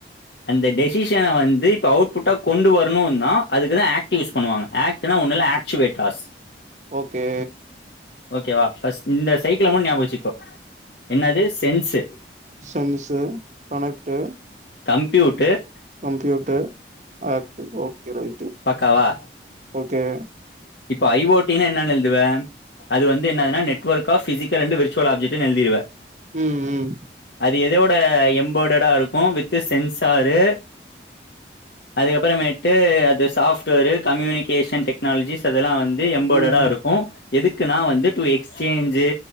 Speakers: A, on the left; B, on the right.
A: அந்த டெசிஷன வந்து இப்போ அவுட்புட்டா கொண்டு வரணு நா அதுக்குதா ஆக்டிவ் யூஸ் பண்ணுவாங்க ஆக்ட்னா ஒன்னுல்ல ஆக்ஷ்வேட் ஆஸ்
B: ஓ கே
A: ஓகேவா பஸ்ட் இந்த சைக்கிள் மட் ஞாபச்சுக்கோ என்னது ஷ் sense
B: sense connect
A: computer
B: computer act ஓ கே ரைட்டு
A: பக்காவா
B: ஓகே
A: இப்ப ஐ ஓட்டினா என்னானு எழுதுவ அது வந்து இன்னாதுனா நெட் ஓர்கா பிசிகல் அன்டு எழுதிடுவ
B: ம் ம்
A: அது எதோட எம்பெட்டடா இருக்கும் வித் சென்சரு அதுக்கப்புறமேட்டு அது சாஃப்ட்வேர் கம்யூனிகேஷன் டெக் னாலஜிஸ் அதெல்லா வந்து எம்பெடடா
B: ம்
A: இருக்கு எதுக்குன்னா வந்து டு எக்ஸ்சேஞ்சு